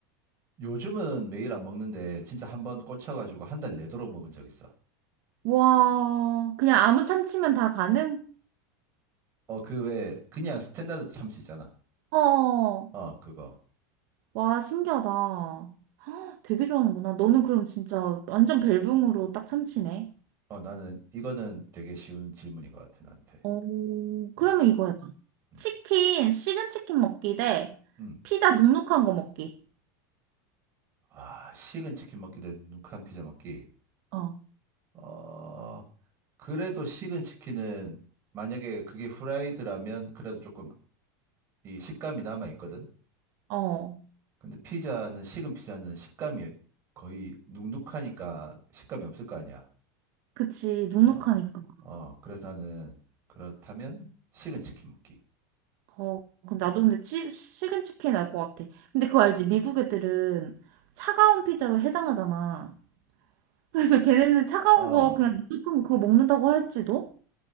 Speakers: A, on the right; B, on the right.
A: 요즘은 매일 안 먹는데 진짜 한 번 꽂혀가지고 한 달 내도록 먹은 적 있어.
B: 와, 그냥 아무 참치면 다 가능?
A: 어, 그 왜 그냥 스탠다드 참치잖아.
B: 어,
A: 어, 그거.
B: 와, 신기하다. 되게 좋아하는구나. 너는 그럼 진짜 완전 벨붕으로 딱 참치네.
A: 어, 나는 이거는 되게 쉬운 질문인 것 같아, 나한테.
B: 어,
A: 어,
B: 그러면 이거 해봐.
A: 음,
B: 치킨, 식은 치킨 먹기 대
A: 음.
B: 피자 눅눅한 거 먹기.
A: 아, 식은 치킨 먹기 대 누크한 피자 먹기.
B: 어,
A: 어, 그래도 식은 치킨은 만약에 그게 후라이드라면 그래도 조금 이 식감이 남아 있거든.
B: 어,
A: 근데 피자는 식은 피자는 식감이 거의 눅눅하니까 식감이 없을 거 아니야.
B: 그치. 눅눅하니까.
A: 어, 어, 그래서 나는 그렇다면 식은 치킨 먹기.
B: 어, 근데 나도 근데 치, 식은 치킨 날 것 같아. 근데 그거 알지? 미국 애들은 차가운 피자로 해장하잖아. 그래서 걔네는 차가운
A: 아,
B: 거 그냥 눅눅한 거 그거 먹는다고 할지도?